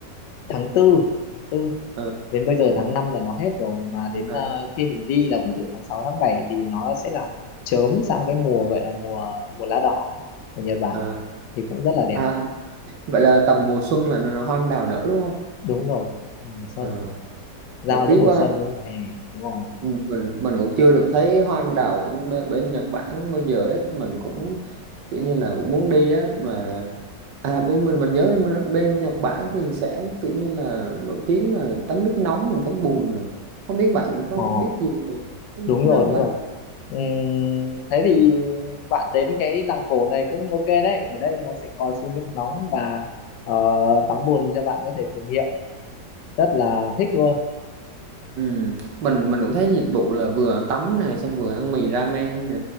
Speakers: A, on the left (about 80°); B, on the right (about 80°).
A: tháng tư tư
B: à,
A: đến bây giờ tháng 5 là nó hết rồi mà đến
B: à,
A: ờ, khi mình đi là ví dụ tháng 6 tháng 7 thì nó sẽ là chớm sang cái mùa gọi là mùa mùa lá đỏ của Nhật Bản
B: à,
A: thì cũng rất là đẹp
B: à, vậy là tầm mùa xuân là là hoa anh đào nở đúng không
A: đúng rồi mùa xuân
B: Ờ,
A: giao
B: mà tiếc
A: giữa mùa
B: quá
A: xuân với mùa hè đúng rồi
B: mình mình cũng chưa được thấy hoa anh đào ở bên, bên Nhật Bản bây giờ hết mình cũng kiểu như là cũng muốn đi á mà à bên mình mình nhớ bên, bên Nhật Bản thì sẽ kiểu như là nổi tiếng là tắm nước nóng rồi tắm bùn rồi không biết bạn có
A: ờ,
B: biết gì về cái
A: đúng
B: cái
A: rồi
B: đó không
A: đúng
B: ta
A: rồi Ừm, thế thì bạn đến cái làng cổ này cũng ok đấy ở đây nó sẽ có suối nước nóng và ờ, tắm bùn cho bạn có thể thử nghiệm rất là thích luôn
B: ừ. mình mình cũng thấy dịch vụ là vừa tắm nè xong vừa ăn mì ramen nè